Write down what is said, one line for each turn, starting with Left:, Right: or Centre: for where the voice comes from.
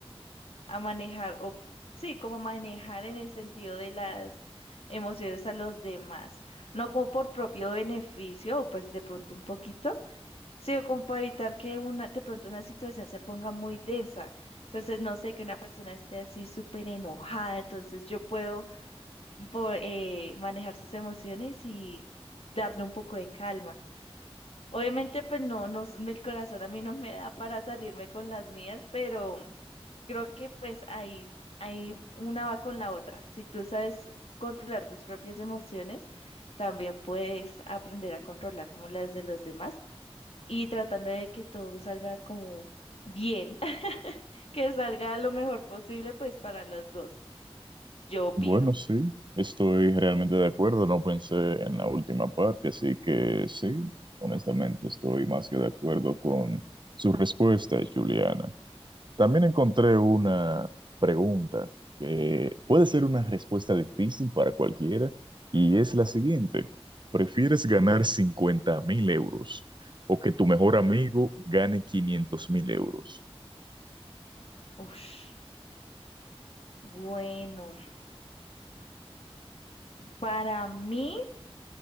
Left: a manejar, o p- sí, como manejar en el sentido de las emociones a los demás, no como por propio beneficio, o pues de pronto un poquito, sino como para evitar que una, de pronto una situación se ponga muy densa. Entonces, no sé, que una persona esté así súper enojada, entonces yo puedo mm, po- eh, manejar sus emociones y darle un poco de calma. Obviamente, pues no, no, s- el corazón a mí no me da para salirme con las mías, pero creo que pues ahí, ahí una va con la otra. Si tú sabes controlar tus propias emociones, también puedes aprender a controlar como las de los demás y tratando de que todo salga como bien, <laughs> que salga lo mejor posible pues para los dos. Yo opino.
Right: Bueno, sí, estoy realmente de acuerdo. No pensé en la última parte, así que sí, honestamente estoy más que de acuerdo con su respuesta, Juliana. También encontré una pregunta que puede ser una respuesta difícil para cualquiera y es la siguiente. ¿Prefieres ganar cincuenta mil euros o que tu mejor amigo gane 500 mil euros?
Left: Ush, bueno, para mí.